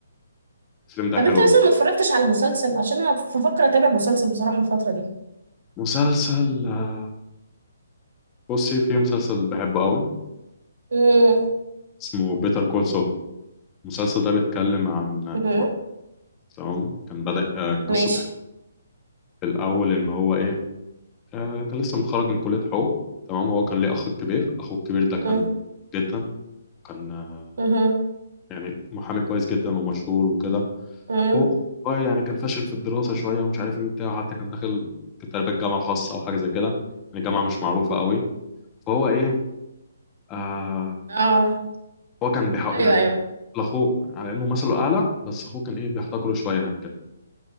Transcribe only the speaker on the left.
الفيلم ده
حلو
مسلسل آه، بصي في مسلسل بحبه قوي
اسمه بيتر كول سول المسلسل ده بيتكلم عن آه،
واحد تمام كان بدأ آه، قصة
حب في الأول إن هو إيه آه، كان لسه متخرج من كلية حقوق تمام هو كان ليه أخ كبير أخوه الكبير ده
كان جدا وكان آه،
يعني محامي كويس جدا ومشهور وكده
هو هو يعني كان فاشل في الدراسة شوية ومش عارف ايه وبتاع حتى كان داخل كان تقريبا جامعة خاصة أو حاجة زي كده يعني جامعة مش معروفة قوي فهو ايه آه
هو كان بيحاول
يعني
بي- لأخوه على إنه مثله أعلى بس أخوه كان ايه بيحتقره شوية يعني كده